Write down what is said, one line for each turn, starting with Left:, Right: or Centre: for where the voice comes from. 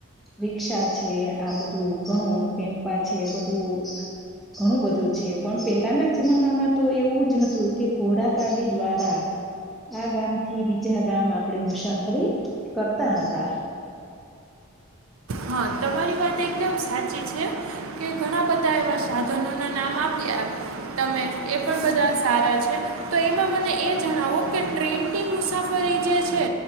Centre: રિક્ષા છે આ બધું ઘણું પમપા છે બધું ઘણું બધું છે. પણ પેલાના જમાનામાં તો એવું જ હતું કે ઘોડાકાડી દ્વારા આ ગામથી બીજા ગામ આપણેે મુસાફરી કરતા હતા.
Right: હા તમારી વાત એક એકદમ સાચી છે કે ઘણા બધા બધા એવા સાધનોના નામ આપ્યા તમે એ પણ બધા સારા છે. તો એમાં મને એ જણાવો કે ટ્રેનની મુસાફરી જે છે